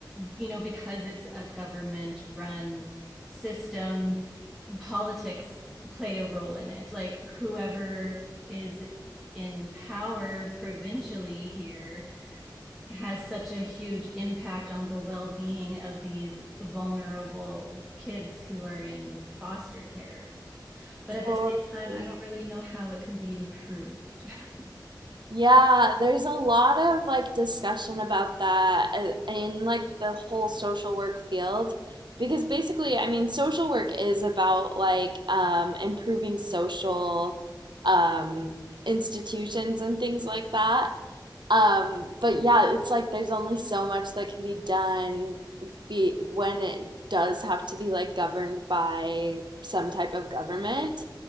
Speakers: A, in the centre; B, on the right (about 80°).
A: you know, because it's a government run system, politics play a role in it. Like whoever is in power provincially here has such a huge impact on the well-being of these vulnerable kids who are in foster care. But at
B: Totally.
A: the same time, I don't really know how it can be improved. <laughs>
B: Yeah, there's a lot of like discussion about that uh, in like the whole social work field because basically, I mean, social work is about like um improving social um institutions and things like that. Um, but yeah, it's like there's only so much that can be done be when it does have to be like governed by some type of government.